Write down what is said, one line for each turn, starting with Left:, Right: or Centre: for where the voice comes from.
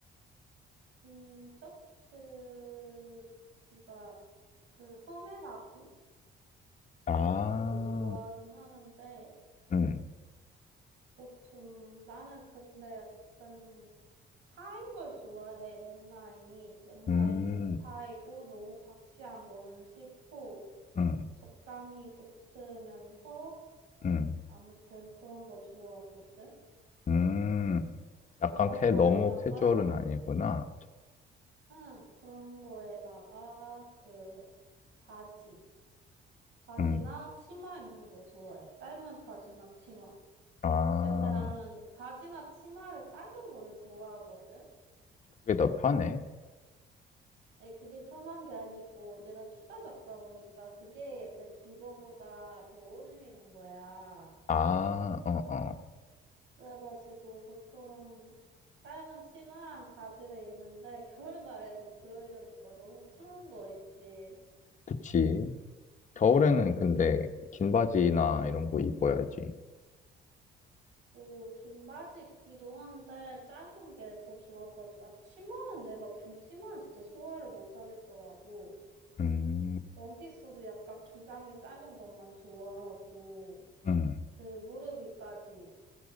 Right: 긴 셔츠가 그 소매가 긴
Left: 아,
Right: 셔츠도 좋아하긴 하는데
Left: 음,
Right: 보통 나는 근데 약간 파인 걸 좋아해. 넥라인이 넥라인이
Left: 음,
Right: 파이고 너무 박시한 거는 싫고
Left: 음,
Right: 적당히 붙으면서
Left: 음.
Right: 아무튼 그런 거 좋아하거든.
Left: 음, 약간
Right: 그런
Left: 캐,
Right: 거에다가
Left: 너무 캐주얼은 아니구나.
Right: 응 그런 거에다가 그 바지 바지나
Left: 음,
Right: 치마 입는 거 좋아해. 짧은 바지나 치마.
Left: 아,
Right: 에, 근데 나는 바지나 치마를 짧은 거를 좋아하거든.
Left: 그게 더 편해?
Right: 에, 그게 편한 게 아니고 내가 키가 작다 보니까 그게 약간 긴 거보다 더 어울리는 거야.
Left: 아, 어, 어.
Right: 그래가지고 보통 짧은 치마랑 바지를 입는데 <laughs> 겨울날에도 그러려니까 너무 추운 거 있지.
Left: 그치. 겨울에는
Right: 약-
Left: 근데 긴 바지나
Right: 음.
Left: 이런 거 입어야지.
Right: 뭐, 긴 바지 입기도 한데, 짧은 게 더 좋아가지고, 아, 치마는 내가 긴 치마는 진짜 소화를 못 하겠더라고.
Left: 음,
Right: 원피스도 약간 기장이 짧은 것만 좋아하고,
Left: 음,
Right: 그 무릎 위까지